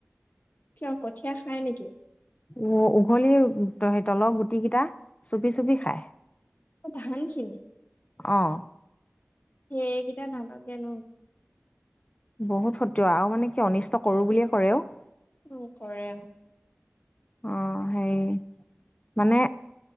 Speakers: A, on the left; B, on the left.
A: কিয় কঠিয়া খাই নেকি?
B: উঅ উঘলি তলৰ গুটি কেইটা চুপি চুপি খাই
A: ধান খিনি
B: অ',
A: সেইকেইটা ধানকে আনো।
B: বহুত ফটোৱা আৰু মানে কি অনিষ্ট কৰো বুলিয়ে কৰে অ',
A: উম কৰে।
B: অ', সেই মানে